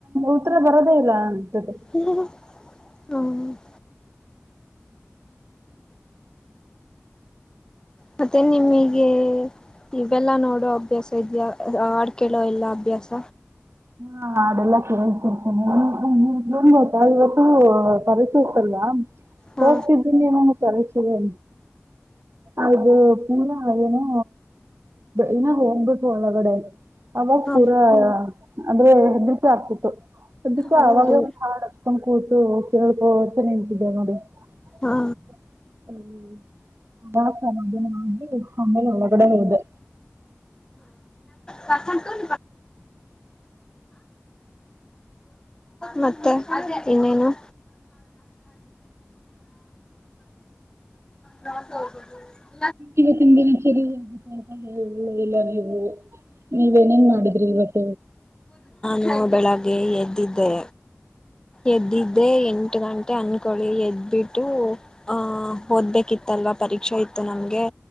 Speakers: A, on the right (about 65°); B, on the left (about 15°).
A: ಉತ್ತರ ಬರೋದೇ ಇಲ್ಲ ಅ
B: ಹ್ಮ ಹ್ಮ <inaudible> ಮತ್ತೆ ನಿಮಗೆ ಇವೆಲ್ಲ ನೋಡೋ ಅಭ್ಯಾಸ ಇದ್ಯಾ ಹಾಡ್ಕೇಳೋ ಎಲ್ಲ ಅಭ್ಯಾಸ
A: ಹಾ ಹಾಡೆಲ್ಲಾ ಕೇಳ್ತಿರ್ತೀನಿ ಇನ್ನೊಂದ್ ಗೊತ್ತಾ ಇವತ್ತು ಪರೀಕ್ಷೆ ಇತಲ್ವ
B: ಹಾ
A: ಹೋಗ್ತಿದ್ದೀನಿ ನಾನು ಪರೀಕ್ಷೆಗೆ ಅದು ಪೂರ ಏನೂ ಇನ್ನ ಹೋಗ್ಬೇಕು ಒಳಗಡೆ ಅವ
B: ಹಾ
A: ಪೂರಾ ಅಂದ್ರೆ ಹೆದ್ರಿಕೆ ಆಗ್ತಿತು ಸಧ್ಯಕ್ಕೆ
B: ಹೌದು
A: <unintelligible> ಆವಗ ಒಂದು ಹಾಡ್ ಹಚ್ಕೊಂಡ್ ಕೂತು ಸ್ವಲ್ಪ ಹೊತ್ತು ನಿಂತಿದ್ದೆ ನೋಡಿ
B: ಹಾ
A: <unintelligible> ಆಮೇಲೆ ಒಳಗಡೆ ಹೋದೆ
B: ಬರ್ತಂತುಂ ಮತ್ತೆ ಇನ್ನೇನು- <inaudible>
A: ಇವತ್ತಿನ್ ದಿನಚರಿಯ ಮಾತಾಡ್ಕೊಂಡ ಹೇಳೆ ಇಲ್ಲ ನೀವು ನೀವ ಏನೇನ್ ಮಾಡಿದ್ರಿ ಇವತ್ತ
B: ನಾನು ಬೆಳಗ್ ಗೆ ಎದ್ದಿದೆೆ ಎದ್ದಿದ್ದೆ ಏ ತು ಎಂಟು ಗಂಟೆ ಅನ್ಕೊಳ್ಳಿ ಎದ್ಬಿಟ್ಟು ಆ ಓದ್ಬೇಕಿತ್ತಲ್ವಾ ಪರೀಕ್ಷೆ ಇತ್ತು ನಮಗೆ